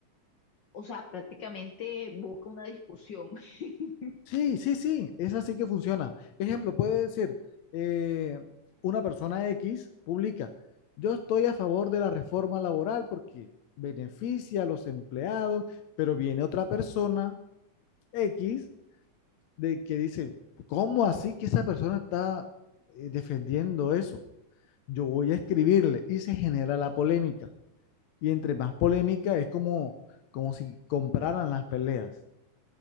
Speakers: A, on the left (about 55°); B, on the left (about 70°).
A: o sea, prácticamente busca una discusión. <laughs>
B: Sí, sí, sí, es así que funciona. Ejemplo, puede decir, eh, una persona X publica, yo estoy a favor de la reforma laboral porque beneficia a los empleados, pero viene otra persona X de que dice, ¿cómo así que esa persona está eh, defendiendo eso? Yo voy a escribirle y se genera la polémica. Y entre más polémica es como, como si compraran las peleas.